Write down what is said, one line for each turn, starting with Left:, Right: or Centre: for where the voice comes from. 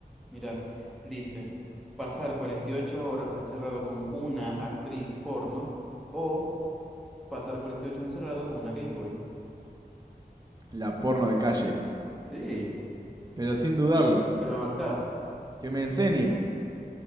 Centre: Mira, dice, pasar 48 horas encerrado con una actriz porno o pasar 48 horas encerrado con una Game Boy.
Right: la porno de calle.
Centre: Sí,
Right: Pero sin dudarlo,
Centre: te la bancás.
Right: que me enseñe.